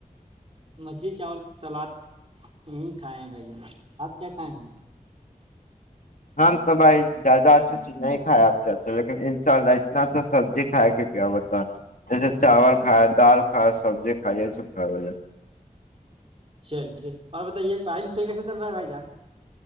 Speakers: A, on the right (about 40°); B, on the left (about 70°).
A: مچھلی چاول سلاد نہیں کھائے ہیں بھائی جان آپ کیا کھائے ہیں
B: ہ تو بھائی زیادہ اچھا چیز نہیں کائے لیکن ان شاءلہ اتنا اچھا سبزی کھائے کیاتا جیسے چاولھائے دالا سب کھایا بھیا
A: چلیے اور بتائیے پائل سے کسے چل رہا بھ جان